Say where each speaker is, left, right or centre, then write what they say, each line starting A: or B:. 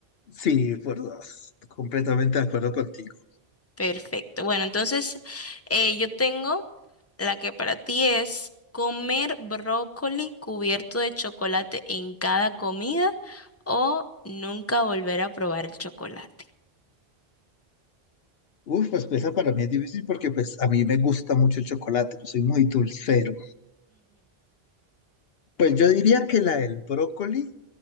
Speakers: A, on the left; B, on the left.
A: Sí, por dos. Completamente de acuerdo contigo.
B: Perfecto. Bueno, entonces eh, yo tengo la que para ti es comer brócoli cubierto de chocolate en cada comida o nunca volver a probar el chocolate.
A: Uf, pues esa para mí es difícil porque pues a mí me gusta mucho el chocolate, yo soy muy dulcero. Pues yo diría que la del brócoli,